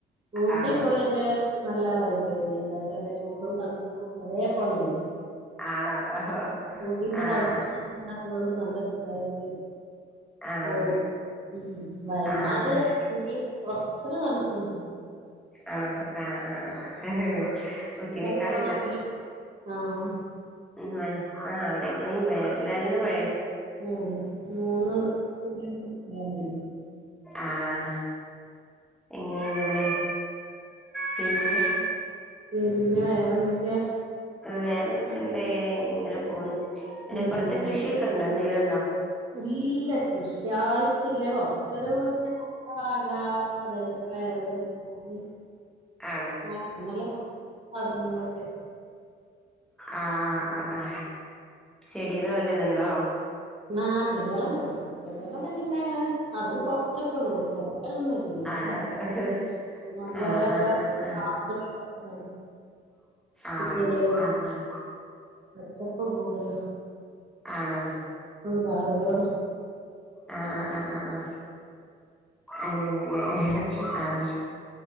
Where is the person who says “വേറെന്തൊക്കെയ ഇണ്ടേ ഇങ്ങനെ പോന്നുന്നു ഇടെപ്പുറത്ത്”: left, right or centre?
Centre